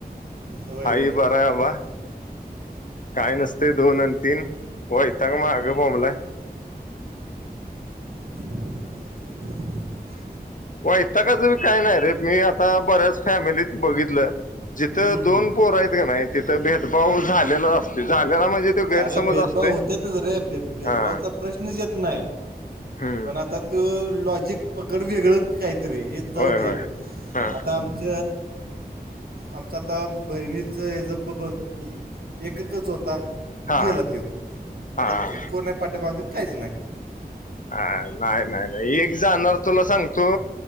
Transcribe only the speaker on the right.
होय
होय
<unintelligible>
हम्म, हम्म.
अरे भेदभाव
होतच रे भेद भेदभावचा
प्रश्नच येत नाही
पण आता. त लॉजिक पकड वेगळं काहीतरी हे जाऊ
दे.
आता आमच. आमचा आता बहिणीच ह ज ब बघ एककच होता.
गेला तो
आता कोणा पाटेमागे काहीच नाही.